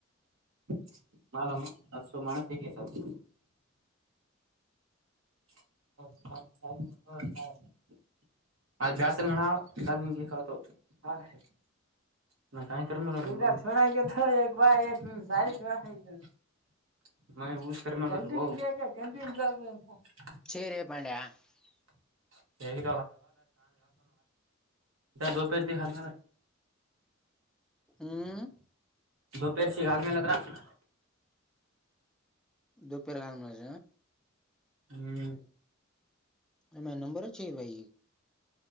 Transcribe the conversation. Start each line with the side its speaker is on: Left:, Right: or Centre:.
Right: <unintelligible> <unintelligible> <unintelligible> <unintelligible> <unintelligible>
Centre: <unintelligible>
Right: <unintelligible> ಅಂತ ದಪಾರ ದ ಹಲ್ ಮಲ್ಲ
Centre: ಹ್ಮ್
Right: ದದುಪೇರ್ ಸಿಗ ಹಲ್ಮೇಲೆ ಹತ್ರ್ರ
Centre: ದುಪ್ಪೇರ ಕನ್ ಮಾಡ
Right: ಹ್ಮ್
Centre: ಅೇ ನಂಂಬರಚ್ಚ ಭೈ